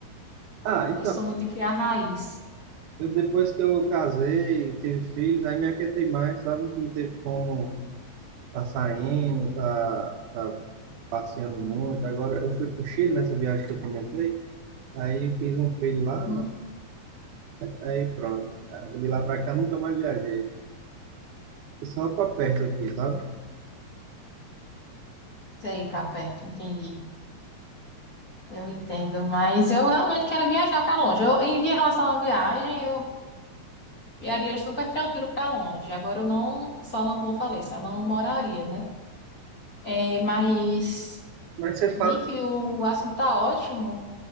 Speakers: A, on the right; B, on the left.
A: Ah, então,
B: Eu sou muito de criar raiz.
A: eu, depois que eu casei, tive filhos, aí me aquietei mais, sabe? Não teve como tá saindo, tá, tá passeando muito. Agora, eu fui pro Chile nessa viagem que eu comentei, aí fiz um filho lá,
B: Não
A: né? aí pronto. De lá para cá, nunca mais viajei. Só para perto aqui, sabe?
B: sei, ir pra perto, entendi. Eu entendo, mas eu realmente quero viajar para longe. Eu, em relação à viagem, eu viajaria super tranquilo para longe. Agora eu não, só não, como eu falei, só não moraria, né? É, mas,
A: Mas você fala,
B: Nick, o assunto tá ótimo,